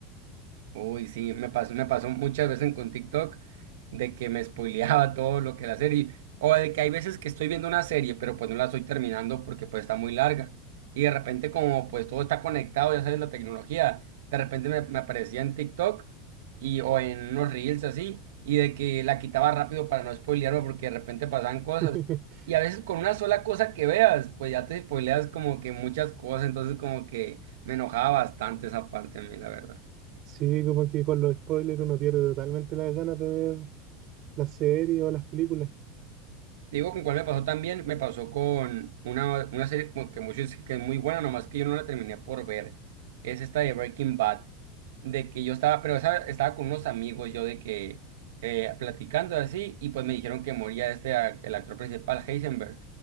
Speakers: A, on the right (about 85°); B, on the right (about 40°).
A: Uy, sí, me pasó, me pasó muchas veces con TikTok de que me spoileaba <laughs> todo lo que la serie, o de que hay veces que estoy viendo una serie, pero pues no la estoy terminando porque pues está muy larga, y de repente como pues todo está conectado, ya sabes, la tecnología, de repente me, me aparecía en TikTok y, o en unos reels así, y de que la quitaba rápido para no spoilearme porque de repente pasaban cosas,
B: <laughs>
A: y a veces con una sola cosa que veas, pues ya te spoileas como que muchas cosas, entonces como que me enojaba bastante esa parte a mí, la verdad.
B: Sí, como que con los spoilers uno pierde totalmente las ganas de ver la serie o las películas.
A: Te Digo, ¿con cuál me pasó también? Me pasó con una, una serie como que muchos dicen que es muy buena, nomás que yo no la terminé por ver. Es esta de Breaking Bad. De que yo estaba, pero esa- estaba con unos amigos, yo de que eh, platicando así, y pues me dijeron que moría este, a- el actor principal, Heisenberg.